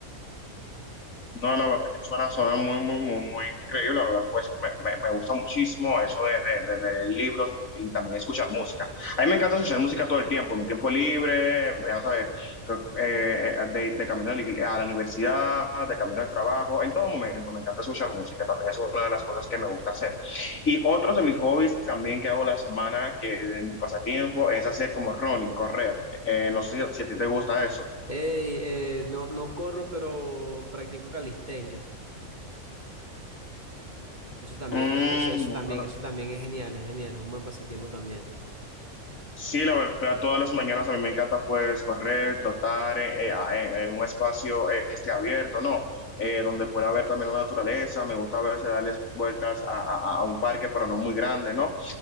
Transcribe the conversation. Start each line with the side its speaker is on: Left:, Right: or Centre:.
Left: No, la verdad que suena, suena muy, muy, muy, muy increíble. La verdad, pues me, me- me gusta muchísimo eso de, de- de leer libros y también escuchar música. A mí me encanta escuchar música todo el tiempo, en mi tiempo libre, vas a ver, creo que, eh, de, de camino a la, igle- a la universidad, de camino al trabajo, en todo momento me encanta escuchar música. También es una de las cosas que me gusta hacer. Y otros de mis hobbies también que hago la semana, que de mi pasatiempo, es hacer como running, correr. Eh, no sé si, a si a ti te gusta eso.
Right: Ey, eh, no, no corro, pero practico calistenia. Eso también,
Left: Mm,
Right: eso, eso, eso
Left: no
Right: también,
Left: suena
Right: eso también es genial, es genial, es un buen pasatiempo también.
Left: Sí, la verdad, todas las mañanas a mí me encanta pues correr, trotar eh, eh, a- en, en un espacio eh, este abierto, ¿no? Eh, donde pueda ver también la naturaleza, me gusta a veces darles vueltas a, a- a un parque, pero no muy grande, ¿no?